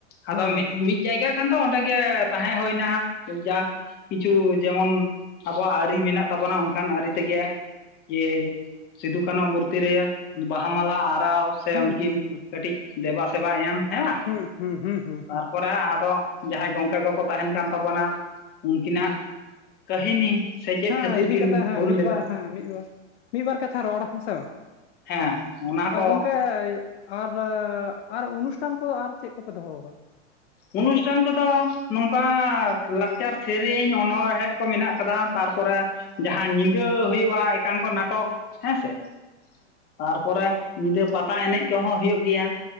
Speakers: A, on the left (about 30°); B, on the left (about 65°).
A: ᱟᱫᱚ
B: ᱦᱮᱸ
A: ᱢᱤᱫ
B: ᱦᱮᱸ
A: ᱢᱤᱫ ᱡᱟᱭᱜᱟᱼᱼ ᱠᱷᱟᱱ ᱫᱚ ᱚᱸᱰᱮ ᱜᱮ ᱛᱟᱦᱮᱸ ᱦᱩᱭ ᱱᱟ ᱡᱟᱼᱼ ᱠᱤᱪᱷᱩ ᱡᱮᱢᱚᱱ ᱟᱵᱚᱣᱟᱜ ᱟᱹᱨᱤ ᱢᱮᱱᱟᱜ ᱛᱟᱵᱚᱱᱟ ᱚᱱᱠᱟᱱ ᱟᱨᱤ ᱛᱮᱜᱮ᱾ ᱤᱭᱮ ᱥᱤᱫᱩ ᱠᱟᱹᱱᱩ ᱢᱩᱨᱛᱤ ᱨᱮᱭᱟᱜ ᱵᱟᱦᱟ ᱢᱟᱞᱟ ᱟᱨᱟᱣ ᱥᱮ
B: ᱦᱩᱸ
A: ᱩᱱᱠᱤᱱᱼᱼ
B: ᱦᱩᱸ
A: ᱫᱮᱵᱟ ᱥᱮᱵᱟ ᱮᱢ ᱦᱮᱸᱟ
B: ᱦᱩᱸ ᱦᱩᱸ ᱦᱩᱸ ᱦᱩᱸ
A: ᱛᱟᱨᱼᱼ
B: ᱦᱩᱸ
A: ᱯᱚᱨᱮ ᱦᱟᱸᱜ ᱟᱫᱚ ᱡᱟᱦᱟᱸᱭ ᱜᱚᱝᱠᱮ ᱠᱚᱠᱚ ᱛᱟᱦᱮᱱ ᱠᱟᱱ ᱛᱟᱵᱚᱱᱟ᱾ ᱩᱱᱠᱤᱱᱟᱜ
B: ᱦᱩᱸ
A: ᱠᱟᱹᱦᱤᱱᱤ ᱥᱮ ᱪᱮᱫ
B: ᱦᱮᱸ
A: ᱠᱷᱟᱹᱛᱤᱨ
B: ᱤᱫᱤ
A: ᱠᱤᱱ
B: ᱠᱟᱛᱮ ᱦᱮᱸ
A: ᱦᱩᱞ
B: ᱢᱤᱫ
A: ᱞᱮᱫᱟ᱾
B: ᱵᱟᱨ ᱦᱮᱸ ᱢᱤᱜ ᱵᱟᱨ ᱢᱤᱜ ᱵᱟᱨ ᱠᱟᱛᱷᱟ ᱨᱚᱲ ᱦᱮᱸ ᱥᱮ ᱵᱟᱝ
A: ᱦᱮᱸ
B: ᱦᱩᱸ
A: ᱚᱱᱟ ᱠᱚ
B: ᱟᱨ ᱜᱚᱝᱠᱮᱼᱼ ᱟᱨᱮ ᱟᱨ ᱚᱱᱩᱥᱴᱷᱟᱱ ᱠᱚ ᱟᱨ ᱪᱮᱜ ᱠᱚᱯᱮ ᱫᱚᱦᱚ ᱠᱟᱫᱟ?
A: ᱚᱱᱩᱥᱴᱷᱟᱱ ᱠᱚᱫᱚ ᱱᱚᱝᱠᱟ ᱞᱟᱠᱪᱟᱨ ᱥᱮᱨᱮᱧ ᱚᱱᱚᱲᱦᱮᱸᱫᱽ ᱠᱚ ᱢᱮᱱᱟᱜ ᱠᱟᱫᱟ᱾ ᱛᱟᱨᱯᱚᱨᱮ ᱡᱟᱦᱟᱸ ᱧᱤᱫᱟᱹ ᱦᱩᱭᱩᱜ-ᱟ ᱮᱠᱟᱝᱠᱚ ᱱᱟᱴᱚᱠ᱾ ᱦᱮᱸ ᱥᱮ ᱛᱟᱨᱯᱚᱨᱮ ᱧᱤᱫᱟᱹ ᱯᱟᱛᱟ ᱮᱱᱮᱡ ᱠᱚᱦᱚᱸ ᱦᱩᱭᱩᱜ ᱜᱮᱭᱟ᱾